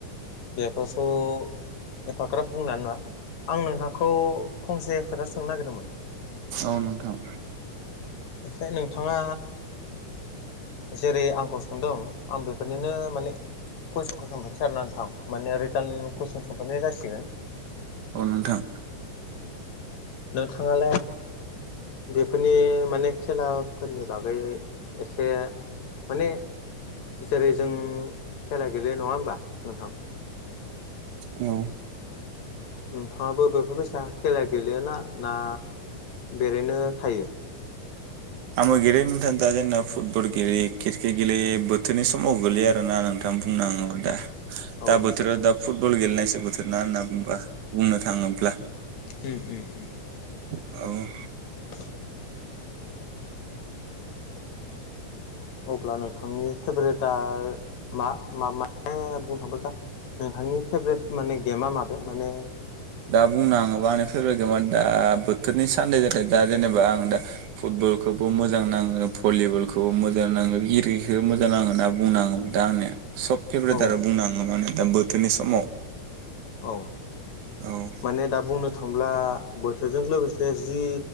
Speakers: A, on the left; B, on the right.
A: बेफोरखौ एफाग्राब बुंनो हानाय नङा आं नोंथांखौ फंसे खोथासो सोंनो नागिरदोंमोन
B: औ नोंथां
A: ओमफ्राय नोंथाङा जेरै आंखौ सोंदों आं बेफोरनिनो माने कुइसनखौ सोंफिनोसै आरोना नोंथां माने रिटार्न कुइसन सोंफिननाया जासिगोन
B: औ नोंथां
A: नोंथाङालाय बेफोरनि माने बे खेलाफोरनि बागै एसे माने जेरै जों खेला गेले नङा होमबा नोंथां
B: औ
A: नोंथाङाबो बेफोरबायैसा खेला गेलेयोना ना एरैनो थायो?
B: आंबो गेलेयो नोंथां दा जोंना फुटबल गेलेयो क्रिकेट गेलेयो बोथोरनि समाव गोगलैयो आरोना नोंथां। <unintelligible>
A: औ
B: दा
A: नोंथां
B: बोथोरा दा फुटबल गेलेनायसो बोथोर ना होनना बुंबा बुंनो थाङोब्ला।
A: उम उम उम
B: औ
A: <inaudible> अब्ला नोंथांनि फेभरेटआ मा म म <unintelligible> दा बुंनो थाङोबाथ नोंथांनि फेभारेट माने गेमा माबे माने
B: दा बुंनो आाङोबा आंनि फेभरेट गेमानो दा बोथोरनि सान्दै जहाथे दा जेनेबा आं दा फुटबलखौबो मोजां नाङो भलिबलखौबो मोजां नाङो इरिखौबो मोजां नाङो होनना बुंनाङोबा। दा आंनिया सब फेभरेट
A: औ
B: आरो बुंनो थाङोबा आं दा बोथोरनि समाव।
A: औ
B: औ
A: माने दा बुंनो थांब्ला बोथोरजों लोगोसे जि